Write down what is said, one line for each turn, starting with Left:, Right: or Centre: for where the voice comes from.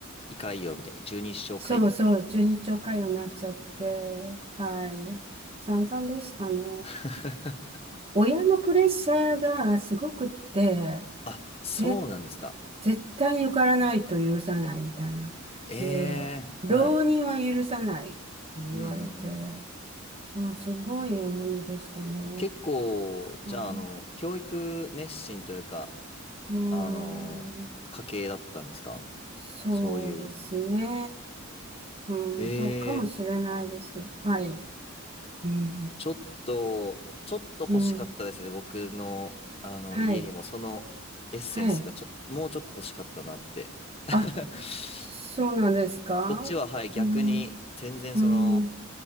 Left: う、胃潰瘍みたいに、十二指腸潰瘍か。
Right: そうそう、十二兆回路になっちゃって、はい。散々でしたね。
Left: <laughs>
Right: 親のプレッシャーがすごくって、
Left: あ、そうなんですか。
Right: ぜ、絶対に受からないと許さないみたいな。
Left: ええはい。
Right: で、浪人は許さないって言われて、
Left: うんうんうん。
Right: うん、すごい重荷でしたね。
Left: 結構、じゃあ、
Right: まあ、
Left: あの、
Right: う
Left: 教育熱心というか、
Right: ーん、
Left: あの、家系だったんですか
Right: そうですね。
Left: そういう。
Right: うん、
Left: ええ
Right: そうかもしれないです。はい。うん、
Left: ちょっと、ちょっと欲しかったですね。
Right: うん、
Left: 僕の、あの、
Right: はい、
Left: 家にもそのエッセンスがちょっと、
Right: はい。
Left: もうちょっと欲しかったなって。<laughs>
Right: あ、そうなんですか
Left: こっちは、はい、逆に、
Right: うん、
Left: 全然その、
Right: うん、う